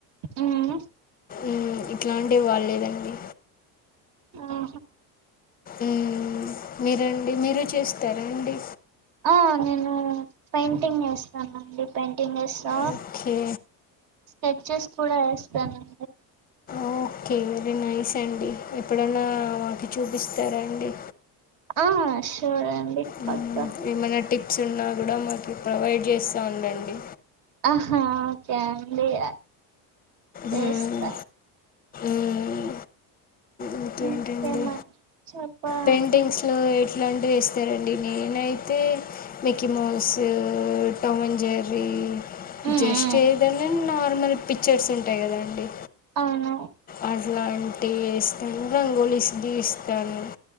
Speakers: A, on the right; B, on the left.
A: ఉమ్
B: ఉమ్ ఇట్లాంటి వాళ్లేదండి
A: ఆహా
B: ఉమ్ మీరండి మీరు చేస్తారాండి
A: ఆ నేన్ పెయింటింగ్ ఏస్తానండి పెయింటింగ్ ఏస్తాన్
B: ఓఖ్ఖే
A: స్కెచ్చెస్ కూడా వేస్తానండి
B: ఓక్కే వెరీ నైస్ అండి ఎప్పుడన్నా మాకి చూపిస్తారా అండి
A: ఆ షోర్ అండి
B: మ్మ్,
A: పక్క
B: ఏమైనా టిప్స్ ఉన్నా గుడా మాకి ప్రొవైడ్ జేస్సా ఉండండి
A: అ హ్హా ఓకే అండి అ చేస్తా
B: మ్మ్, మ్మ్, ఇంకేంటండి
A: ఇంకేమన్ చెప్పాలండి
B: పెయింటింగ్స్ లో ఎట్లాంటి వేస్తారండి నేనైతే మిక్కి మొవ్ సూ టామన్ జర్రీ
A: మ్మ్
B: జస్టు
A: మ్మ్
B: ఏదన్న నార్మల్ పిక్చర్స్ ఉంటయ్ గదండి
A: ఔ ను
B: అట్లాంటీ ష్టంగ్ రంగోలీస్ గీస్తాను